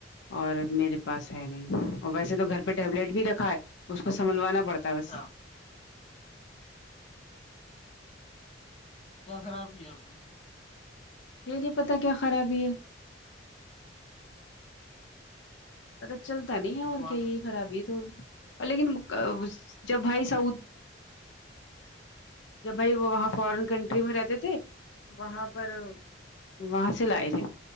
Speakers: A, on the left (about 75°); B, on the left (about 35°).
A: اور میرے پاس ہے نہیں اور ویسے تو گھر پہ ٹیبلیٹ بھی رکھا ہے اس کو سنبھلوانا پڑ تا
B: اچھا
A: بس
B: کیا خرابی ہے اس میں
A: یہی نہیں پتا کیا خرابی ہے پت چلتا نہیں ہے
B: دکھوانا
A: اور کیا یہ
B: پڑ
A: خرابی تو لیکن اس جب بھائی سعود جب بھائی وہ وہاں فارن کنٹری میں رہتے تھے وہاں پر وہاں سے لائے تھے